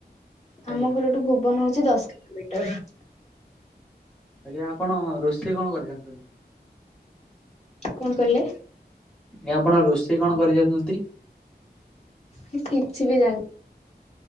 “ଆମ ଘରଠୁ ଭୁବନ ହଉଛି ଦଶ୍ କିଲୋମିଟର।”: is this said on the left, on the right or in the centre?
Left